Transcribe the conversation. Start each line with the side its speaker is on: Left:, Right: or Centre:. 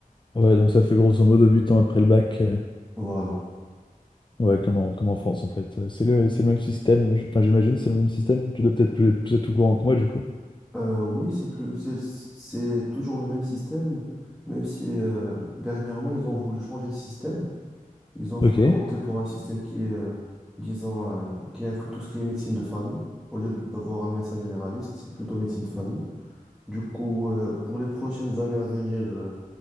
Left: Ouais, donc ça fait grosso modo 8 ans après le bac. euh,
Centre: Voilà.
Left: Ouais, comme en, comme en France, en fait. Euh, C'est le, c'est le même système. je- Enfin, j'imagine, c'est le même système. Tu dois peut-être plus, plus être au courant que moi, du coup.
Centre: Euh, oui, c'est plus, c'est, c'est toujours le même système, même si euh, dernièrement, ils ont voulu changer le système. Ils ont voulu
Left: Ok,
Centre: opter pour un système qui est, euh, disons, euh, qui inclut tout ce qui est médecine de famille. Au lieu d'avoir un médecin généraliste, c'est plutôt médecine de famille. Du coup, euh, pour les prochaines années à venir, euh,